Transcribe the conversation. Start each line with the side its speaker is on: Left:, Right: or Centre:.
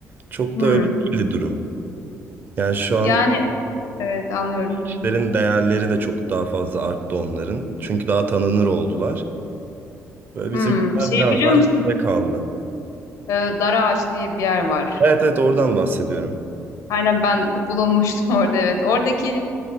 Right: çok
Left: Hmm.
Right: da öyle değildi durum. Yani şu an
Left: Yani evet anlıyorum.
Right: yaptıkların değerleri de çok daha fazla arttı onların. Çünkü daha tanınır oldular. Böyle bizimkiler
Left: Hmm. Şey
Right: biraz
Left: biliyor
Right: daha
Left: musun?
Right: geride kaldı.
Left: Ee, Dara Ağaç diye bir yer var.
Right: Evet evet oradan bahsediyorum.
Left: Aynen ben bulunmuştum <laughs> orada evet. Oradaki